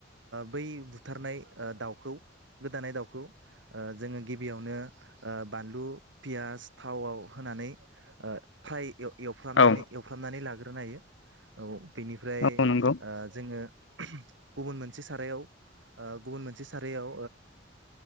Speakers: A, on the right; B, on the left.
A: बै बुथारनाय दाउखौ गोदानाय दाउखौ जोङो गिबियावनो बानलु पियास थावाव होनानै फ्राय एवफ्रामनानै
B: औ
A: एवफ्रामनानै लाग्रो नायो औ बेनिफ्राय
B: औ नंगौ
A: जोङो गुबुन मोनसे सारायाव गुबुन मोनसे सारायाव